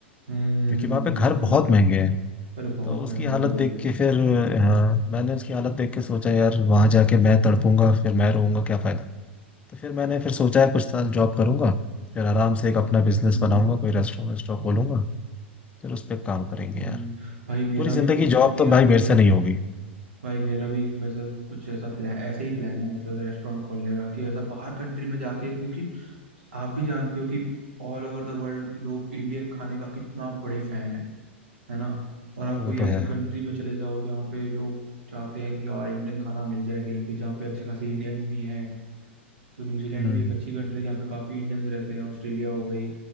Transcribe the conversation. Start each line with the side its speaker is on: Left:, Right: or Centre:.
Right: हम्म
Left: क्योंकि वहां पे घर
Right: बहुत
Left: बहुत
Right: महंगा है
Left: महंगे हैं
Right: अरे बहुत
Left: तो उसकी
Right: महंगा
Left: हालत
Right: है दुबई
Left: देख
Right: तो
Left: के
Right: भाई
Left: फिर हाँ मैंने उसकी हालत देख के सोचा यार वहां जाके मैं तड़पूंगा फिर मैं रोऊंगा क्या फायदा तो फिर मैंने फिर सोचा है कुछ साल जॉब करूंगा फिर आराम से एक अपना बिजनेस
Right: हम्म
Left: बनाऊंगा कोई रेस्टोरेंट वेस्टोरेंट खोलूंगा फिर उस पर काम करेंगे
Right: हम्म
Left: यार
Right: भाई मेरा
Left: पूरी
Right: भी
Left: जिंदगी
Right: खुद
Left: जॉब
Right: मेरा
Left: तो भाई
Right: भी
Left: मेरे से नहीं होगी
Right: भाई मेरा भी मतलब कुछ ऐसा प्लान ऐसा ही प्लान है मतलब रेस्टोरेंट खोलने का कि ऐसा बाहर कंट्री में जाके क्योंकि आप भी जानते हो कि ऑल ओवर द वर्ल्ड लोग इंडियन खाने का कितना बड़े फैन है है ना और
Left: हाँ
Right: आप
Left: वो
Right: कोई
Left: तो
Right: ऐसी
Left: है
Right: कंट्री में चले जाओ जहाँ पे लोग चाहते हैं कि यार इंडियन खाना मिल जाए कहीं पे जहाँ पे अच्छे खासे इंडियंस भी हैं तो न्यूजीलैंड
Left: हम्म
Right: भी एक अच्छी कंट्री जहाँ पे काफ़ी इंडियंस रहते हैं ऑस्ट्रेलिया हो गई